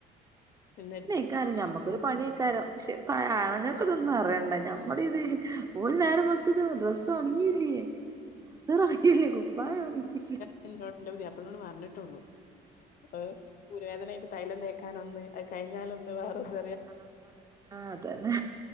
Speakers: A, on the left; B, on the right.
A: പിന്നെട്
B: ക്കാരം. നമ്മക്കൊര് പണിയ്ക്കാരം പക്ഷേ പ്പ ആണ്ങ്ങക്ക് ഇതൊന്നും അറയണ്ട നമ്മളി ഇത് ഓല് നേരം വേള്ത്തത് ഡ്രസ്സോണങ്ങില്ലേ? ട്രൗസറ് ആയില്ലേ? കുപ്പായ ഒണങ്ങില്ലേ?
A: ഇത് ന്നോട് ന്റ പുത്യാപ്പ്ള ന്നോട് പർഞ്ഞ്ട്ടൊള്ളു. ഏഹ് ഊര വേദനായിട്ട് തൈലം തേക്കാനൊന്ന്. അത് കയിഞ്ഞാലൊന്ന്. വേറോന്ന്
B: ആഹ് ആഹ് ആഹ് അതന്നെ